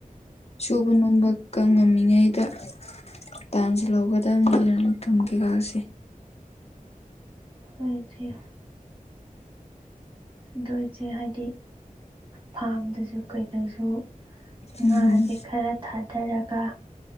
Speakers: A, on the left (about 50°); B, on the right (about 35°).
A: ꯁꯨꯕ ꯅꯣꯝꯕ ꯀ ꯉꯝꯃꯤꯉꯩꯗ ꯇꯥꯟꯁꯦ ꯂꯧꯒꯗꯕꯅꯤ ꯊꯨꯝ ꯀꯩꯀꯥꯁꯦ
B: ꯍꯣꯏ ꯏꯆ‌ꯦ ꯑꯗꫭ ꯏꯆꯦ ꯍꯥꯏꯗꯤ ꯐꯥꯔꯝꯗꯁꯨ ꯀꯩꯗꯁꯨ ꯉꯥꯁꯦ
A: ꯎꯝ
B: ꯈꯔ ꯊꯥꯗꯔꯒ